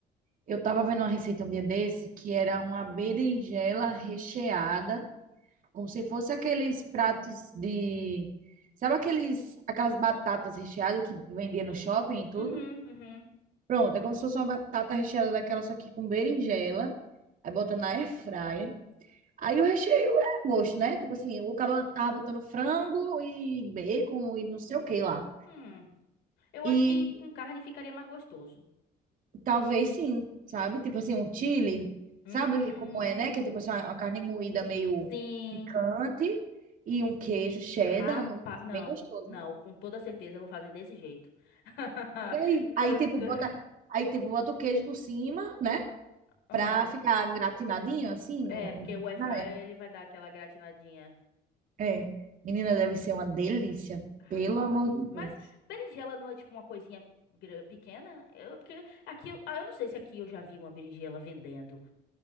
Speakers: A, on the right; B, on the left.
A: eu tava vendo uma receita um dia desse que era uma berinjela recheada como se fosse aqueles pratos de, sabe aqueles, aquelas batatas recheadas que vendia no shopping e tudo?
B: Uhum, uhum.
A: Pronto, é como se fosse uma batata recheada daquela, só que com berinjela, aí bota na air fryer. Aí o recheio é a gosto, né? Tipo assim, o cara tava botando frango e bacon e não sei o que lá.
B: Hum, eu
A: E
B: acho que com carne ficaria mais gostoso.
A: talvez sim, sabe? Tipo assim, um chili,
B: Hum,
A: sabe como é, né? Que é tipo assim, uma uma carne moída meio
B: sim.
A: picante e um queijo cheddar,
B: Rapaz,
A: um negócio bem
B: não,
A: gostoso.
B: não, com toda certeza eu vou fazer desse jeito. <laughs>
A: E aí? Aí,
B: Com
A: tipo,
B: to-
A: bota, aí, tipo, bota o queijo por cima, né?
B: Aham.
A: Pra ficar gratinadinho, assim, no,
B: É, porque
A: na-
B: o air fryer
A: na-
B: ele vai dar aquela gratinadinha.
A: é. Menina, deve ser uma delícia,
B: Rapaz.
A: pelo amor de Deus.
B: Mas berinjela não é tipo uma coisinha gra- pequena? Eu, porque aqui, eu- ah, eu não sei se aqui eu já vi uma berinjela vendendo.